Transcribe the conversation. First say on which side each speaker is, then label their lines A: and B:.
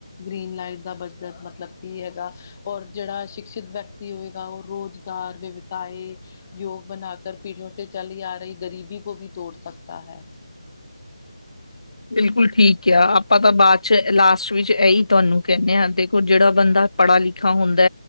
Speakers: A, on the left; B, on the left.
A: ਗ੍ਰੀਨ ਲਾਈਟ ਦਾ ਬਜਟ ਮਤਲਬ ਕੀ ਹੈਗਾ? ਔਰ ਜਿਹੜਾ ਸ਼ਿਕਸ਼ਿਤ ਵਿਅਕਤੀ ਹੋਵੇਗਾ ਉਹ ਰੁਜ਼ਗਾਰ ਦੇ ਵਿਸਾਏ। ਯੋਗ ਬਣਾ ਕਰ ਪੀੜੀਆਂ ਤੋਂ ਚੱਲੀ ਆ ਰਹੀ ਗ਼ਰੀਬੀ ਕੋ ਵੀ ਤੋੜ ਸਕਤਾ ਹੈ।
B: ਬਿਲਕੁਲ ਠੀਕ ਕਿਹਾ, ਆਪਾਂ ਤਾਂ ਬਾਅਦ ਚ' ਲਾਸਟ ਵਿੱਚ ਇਹੀ ਤੁਹਾਨੂੰ ਕਹਿੰਨੇਂ ਆਂ। ਦੇਖੋ ਜਿਹੜਾ ਬੰਦਾ ਪੜ੍ਹਾ-ਲਿਖਾ ਹੁੰਦਾ।